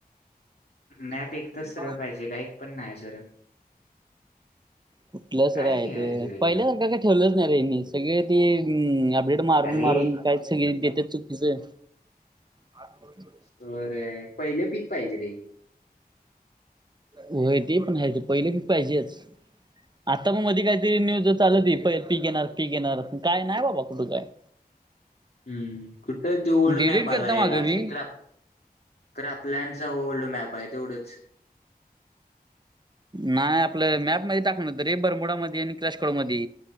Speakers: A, on the left (about 70°); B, on the right (about 25°).
A: मॅप
B: <unintelligible>
A: एक तर सरळ पाहिजे का एक पण नाही सरळ
B: कुठलंच
A: काय
B: राय
A: खेळायचं
B: ते
A: त्याच्यावर
B: पहिले सारखं काय ठेवलंच नाही रे सगळे ते अपडेट मारून
A: अरे
B: मारून काय सगळी देते चुकीचं आज <unintelligible>
A: बरं पहिले पीक पाहिजे रे
B: होय ते पण ह ते पहिले की पाहिजेच आता मग मधी काहीतरी न्यूज चालत त प पीक येणार पीक येणार काय नाही बाबा कुठे काय
A: हम्म कुठ तो ओल्ड
B: डिलीट
A: मॅप
B: केलता
A: आला
B: मागं
A: येला
B: मी.
A: ते इ तर आप <unintelligible> तर आपल्याचा ओल्ड मॅप आहे तेवढंच
B: नाही आपलं मॅपमध्येध्ये टाकण तर रे बरमोडामध्येध्ये आणि कलाशकड मध्ये